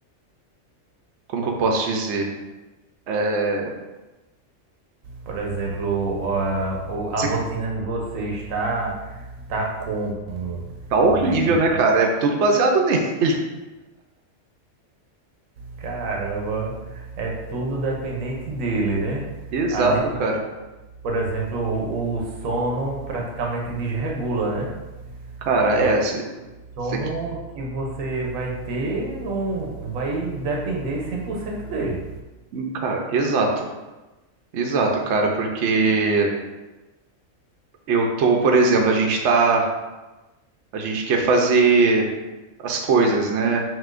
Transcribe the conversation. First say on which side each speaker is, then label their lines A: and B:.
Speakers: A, on the right; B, on the right.
A: como que eu posso dizer? É,
B: por exemplo, a,
A: você
B: a rotina de vocês tá, tá como
A: tá horrível,
B: né, em
A: né, cara? É tudo baseado nele. <laughs>
B: Caramba, é tudo dependente dele, né?
A: Exato,
B: A dificuldade,
A: cara.
B: por exemplo, o, o sono praticamente desregula, né?
A: Cara,
B: Porque
A: é, se-
B: o sono
A: você que-
B: que você vai ter não vai depender 100% dele.
A: cara, exato. Exato, cara, porque eu tô, por exemplo, a gente tá A gente quer fazer as coisas, né?